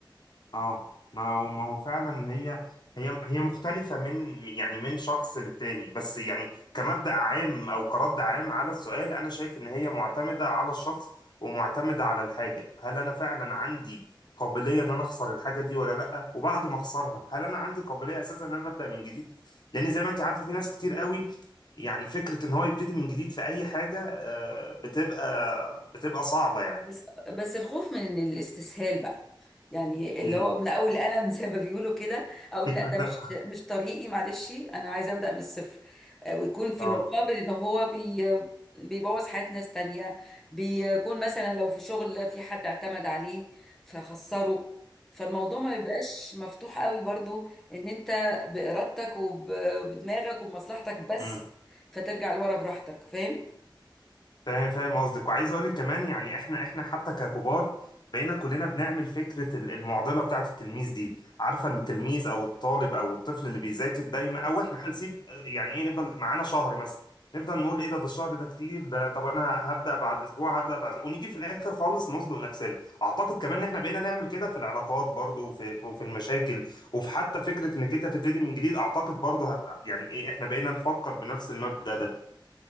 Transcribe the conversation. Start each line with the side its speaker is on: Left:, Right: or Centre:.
Left: اه ما هو ما هو فعلا هي هي هي مختلفة من يعني من شخص للتاني بس يعني كمبدأ عام أو كرد عام على السؤال أنا شايف إن هي معتمدة على الشخص ومعتمدة على الحاجة هل أنا فعلا عندي قابلية إن أنا أخسر الحاجة دي ولا لأ وبعد ما أخسرها هل أنا عندي قابلية أساسا إن أنا أبدأ من جديد لأن زي ما أنت عارفة في ناس كتير قوي يعني فكرة إن هو يبتدي من جديد في أي حاجة آه، بتبقى بتبقى صعبة يعني
Centre: بس بس الخوف من إن الاستسهال بقى يعني اللي
Left: امم
Centre: هو من اول قلم زي ما بيقولوا كده اقول لا
Left: <laughs>
Centre: ده مش مش طريقي معلش انا عايزه ابدا من الصفر آه، ويكون في
Left: اه
Centre: المقابل ان هو بي بيبوظ حياة ناس تانية بيكون مثلا لو في شغل في حد اعتمد عليه فخسره فالموضوع ما بيبقاش مفتوح قوي برضو ان انت بارادتك وبدماغك وبمصلحتك بس
Left: امم
Centre: فترجع لورا براحتك فاهم
Left: فاهم فاهم قصدك وعايز اقول لك كمان يعني احنا احنا حتى ككبار بقينا كلنا بنعمل فكره ال- المعضله بتاعه التلميذ دي عارفه التلميذ او الطالب او الطفل اللي بيذاكر دايما او احنا هنسيب يعني ايه نفضل معانا شهر مثلا نفضل نقول ايه ده ده الشهر ده كتير ده طب انا هبدا بعد اسبوع هبدا بعد أسبوع. ونيجي في الاخر خالص نزنق نفسنا اعتقد كمان ان احنا بقينا نعمل كده في العلاقات برضو وفي في في المشاكل وفي حتى فكره انك انت تبتدي من جديد اعتقد برضو هت يعني ايه احنا بقينا نفكر بنفس المبدا ده